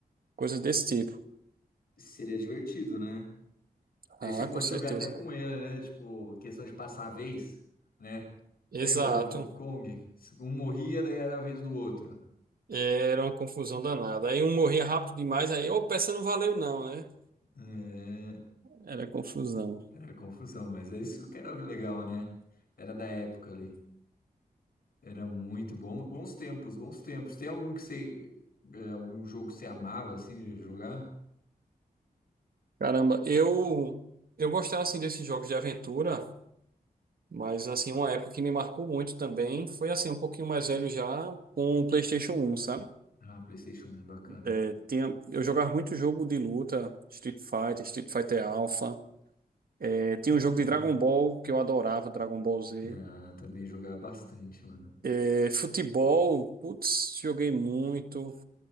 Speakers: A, on the right; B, on the left.
A: coisas desse tipo.
B: Seria divertido, né? Aí
A: Ah,
B: você pode
A: com certeza.
B: jogar até com ele, né? Tipo, questão de passar a vez, né?
A: Exato.
B: Lembra do Kong Kong? Um morria, daí era a vez do outro.
A: Era uma confusão danada. Aí um morria rápido demais, aí, opa, essa não valeu não, né?
B: É,
A: Era confusão.
B: Era confusão, mas é isso que era o legal, né? Era da época ali. Era muito bom. Bons tempos, bons tempos. Tem algum que você. é, algum jogo que você amava assim de jogar?
A: Caramba, eu, eu gostava assim desses jogos de aventura. Mas, assim, uma época que me marcou muito também foi, assim, um pouquinho mais velho já com o PlayStation um sabe?
B: Ah, PlayStation 1, bacana.
A: Eh, Tinha, eu jogava muito jogo de luta, Street Fighter, Street Fighter Alpha. Eh, tinha
B: Muito
A: um jogo
B: bom.
A: de Dragon Ball que eu adorava, Dragon Ball Z.
B: Ah, também jogava bastante, mano.
A: Eh, futebol, putz, joguei muito.